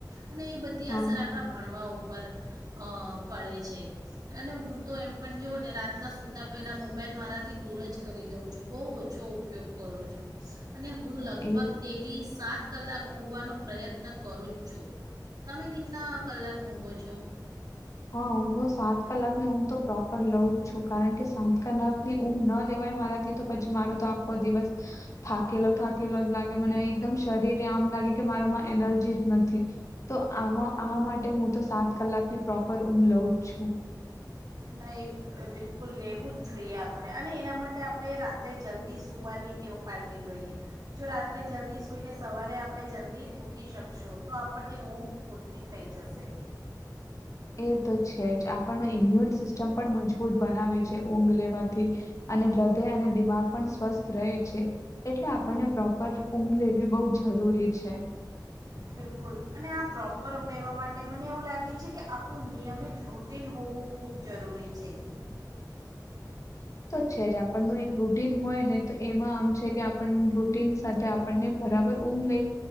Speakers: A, on the right; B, on the left.
A: અને એ બધી
B: હા
A: અસર
B: હા
A: આપણાં ભણવા ઉપર અ પડે છે અને હું તો એમ પણ જોઉં ને રાતના સૂતાં પહેલાં મોબાઈલ મારાથી દૂર જ કરી દઉં છું બહુ ઓછો ઉપયોગ કરું છું અને હું લગભગ
B: એ
A: ડેલી સાત કલાક ઊંઘવાનો પ્રયત્ન કરું જ છું તમે કેટલા કલાક ઊંઘો છો
B: હ હું તો સાત કલાક ની ઊંઘ તો પ્રોપર લઉં જ છું કારણ કે સાત કલાક ની ઊંઘ ના લેવાય મારાથી તો પછી મારો તો આખો દિવસ થાકેલો થાકેલો જ લાગે મને એકદમ શરીરે આમ લાગે કે મારામાં એનર્જી જ નથી તો આમાં આ માટે હું તો સાત કલાકની પ્રોપર ઉઘ લઉ જ છું
A: નહીં બિલકુલ લેવું જ જોઈએ આપણે અને એના માટે આપણે રાત્રે જલ્દી સૂવાની ટેવ પાડવી જોઈએ જો રાત્રે જલ્દી સૂઈને સવારે આપણે જલ્દી ઉઊઠી શકશું તો આપણને ઊંઘ પૂરતી થઈ જશે
B: એ તો છે જ આપણનો ઈમ્યુન સિસ્ટમ પણ મજબૂત બનાવે છે ઊંઘ લેવાથી અને હૃદય અને દિમાગ પણ સ્વસ્થ રહે છે એટલે આપણને પ્રોપર ઊંઘ લેવી બો જ જરૂરી છે
A: બિલકુલ અને આ પ્રોપર લેવા માટે મને એવું લાગે છે કે આપણું નિયમિત રૂટિન હોવું ખૂબ જરૂરી છે
B: છેજ આપણ નુ એક રૂ રૂટીન હોય ને તો એમાં આમ છે કે આપણ <inaudible> સાથે આપણને બરાબર ઊંઘ લઈ